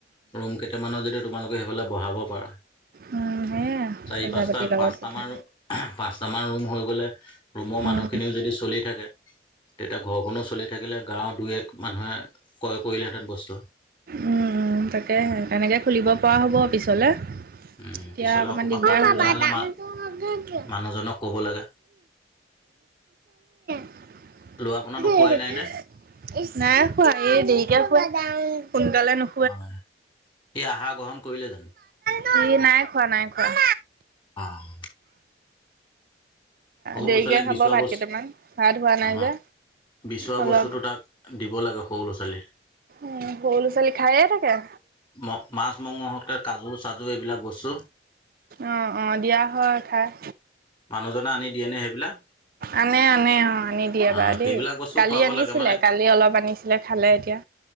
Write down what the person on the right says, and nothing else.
উম। সেয়াই
পইচা
পাতিৰ লগত
কথা
উম
উম', উম' তাকেহে। তেনেকৈ খুলিব পৰা হ'ব পিছলে। এতিয়া
অকমান
দিকদাৰ।
অহ, মা
<unintelligible> <unintelligible>
নাই
শুৱা
এই দেৰিকে শুৱে, সোনকালে নুশু
সি নাই খোৱা নাই খোৱা।
দেৰিকে
খাব
ভাত
কেইটামান ভাত হোৱা নাই
যে
অলপ
উম, সৰু ল'ৰা-ছোৱালী খাইয়ে থাকে।
অহ', অহ, দিয়া হয় খায়।
আনে আনে অহ, আনি দিয়ে
বাৰু দেই।
কালি
আনিছিলে
কালি অলপ আনিছিলে, খালে এতিয়া